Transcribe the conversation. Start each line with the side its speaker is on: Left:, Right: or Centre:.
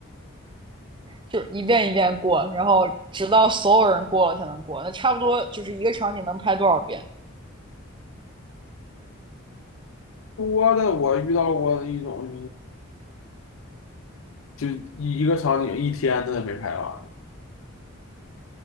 Right: 就一遍一遍过，然后直到所有人过了才能过。那差不多就是一个场景能拍多少遍？
Left: 多的我遇到过的一种就是就一个场景一天他都没拍完，